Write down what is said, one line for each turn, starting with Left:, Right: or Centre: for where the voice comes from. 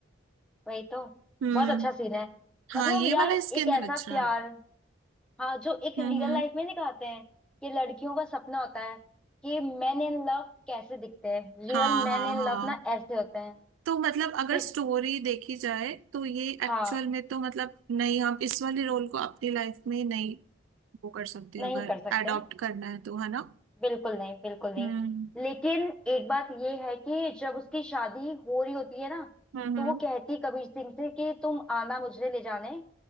Centre: वही तो
Right: हम्म
Centre: बहुत अच्छा सीन है
Right: हाँ
Centre: मतलब
Right: ये
Centre: यार
Right: वाला इसके
Centre: एक
Right: अंदर
Centre: ऐसा
Right: अच्छा
Centre: प्यार
Right: है
Centre: हाँ जो एक रियल
Right: हम्म हम्म
Centre: लाइफ में दिखाते हैं कि लड़कियों का सपना होता है कि मैन इन लव कैसे दिखते हैं रियल
Right: हाँ
Centre: मैन
Right: हाँ
Centre: इन
Right: हाँ
Centre: लव ना ऐसे होते हैं
Right: तो मतलब अगर
Centre: कि
Right: स्टोरी देखी जाए तो ये एक्चुअल
Centre: हाँ
Right: में तो मतलब नहीं हम इस वाले रोल को अपनी लाइफ में नहीं वो कर सकते
Centre: नहीं
Right: अगर
Centre: कर सकते
Right: अडॉप्ट करना है तो है ना
Centre: बिल्कुल नहीं बिल्कुल नहीं
Right: हम्म
Centre: लेकिन एक बात ये है कि जब उसकी शादी हो रही होती है ना
Right: हम्म
Centre: तो
Right: हम्म
Centre: वो कहती कबीर सिंह से कि तुम आना मुझे ले जाने